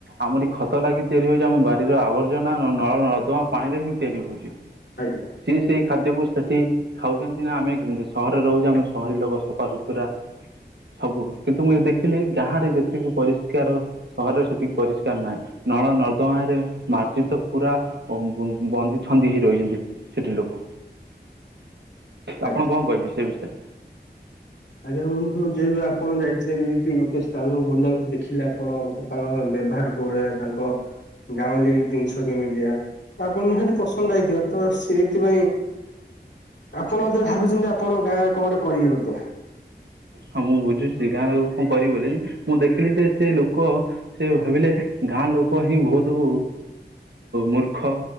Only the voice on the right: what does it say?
ଆମରି ଖତ ଲାଗି ତିଆରି ହଉଚି ଆମ ବାରିର ଆବର୍ଜନା ନଳ ନର୍ଦମା ପାଣିରେ ହିଁ ତିଆରି ହଉଚି।
ସିଏ ସେଇ ଖାଦ୍ୟକୁ ସେଠି ଖାଉଚନ୍ତି ନା ଆମେ ସହରରେ ରହୁଚେ ଆମେ ସହରୀ ଲୋକ ସଫାସୁତୁରା। ସବୁ କିନ୍ତୁ ମୁଁ ଦେଖିଲି ଗାଁ ରେ ଯେତିକି ପରିଷ୍କାର ସହରରେ ସେତିକି ପରିଷ୍କାର ନାହିଁ ନଳ ନର୍ଦ୍ଦମାରେ ମାର୍ଜିତ ପୁରା ବ-ବ-ବନ୍ଦୀ- ଛନ୍ଦି ହେଇ ରହିଚନ୍ତି ସେଠି ଲୋକ।
ଆପଣ କଣ କହିବେ ସେ ବିଷୟରେ?
ହଁ ମୁଁ ବୁଝୁଚି ଗାଁ ଲୋକ କଣ କରିବି ବୋଲି ମୁଁ ଦେଖିଲି ଯେ ସେ ଲୋକ ସେ ଭାବିଲେ ଗାଁ ଲୋକ ହିଁ ବହୁତ ମୂର୍ଖ।